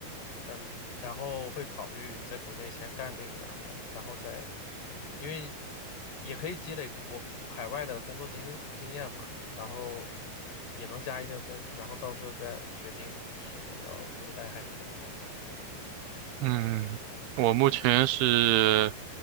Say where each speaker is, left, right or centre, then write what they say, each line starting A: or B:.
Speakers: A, on the left (about 75°); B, on the right (about 80°).
A: 嗯，然后会考虑在国内先干个一两年，然后再，因为也可以积累国海外的工作经验经验嘛，然后也能加一些分，然后到时候再决定是否要回来还是留在国内。
B: 嗯，我目前是